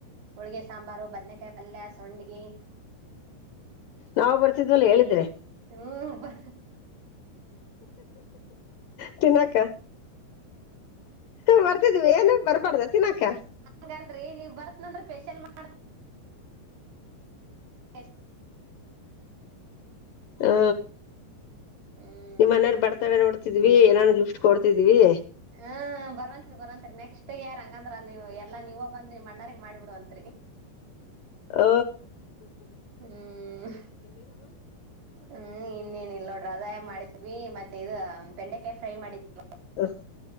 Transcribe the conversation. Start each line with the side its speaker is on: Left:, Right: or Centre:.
Right: ಹೋಳ್ಗೆ ಸಾಂಬಾರು ಬದ್ನೇಕಾಯಿ ಪಲ್ಯ ಸೋಂಡಿಗಿ
Left: ನಾವು ಬರ್ತಿದ್ವಲ್ಲ ಹೇಳಿದ್ರೆ
Right: ಹ್ಮ
Left: ತಿನಕ ಹ -ಬರ್ತಿದ್ವಿ ಏನ್ ಬರ್ಬಾರ್ದ ತಿನಾಕೆ
Right: ಹಾಗಲ್ರರಿ ನೀವ್ ಬರ್ತನಂದ್ರೆ ಫೇಶಿಯಲ್ ಮಾಡ ಹಷ್ಟ
Left: ಹಾ
Right: ಹ್ಮ್
Left: -ನಿಮ್ಮ ಮನೆಯವರು ಬರ್ತಾಳೆ ನೋಡ್ ದ್ವಿ ಏನಾನನ್ ಗಿಫ್ಟ್ ಕೊಡ್ತಿದ್ವಿ.
Right: ಹ್ಮ -ಬರವಂತ್ರಿ ಬರವಂತ್ರಿ ನೆಕ್ಸ್ಟ್ ಯಾರ ಹಂಗಂದ್ರ ನೀವು ಎಲ್ಲಾ ನೀವ ಬಂದ್ರಿ ಮಣ್ಣಾರಗ್ ಮಾಡಿಬ ಬಿಡಂತ್ರಿ
Left: ಹ
Right: ಹ್ಮ್ ಹ್ಮ್- ಇನ್ನೇನ ಇಲ್ಲ ನೋಡ್ರಿ ಅದಾಯ ಮಾಡಿದ್ವಿ ಮತ್ತೆ -ಇ -ಬೆಂಡೆಕಾಯಿ ಫ್ರೈ ಮಾಡಿದ್ಅ
Left: ಹ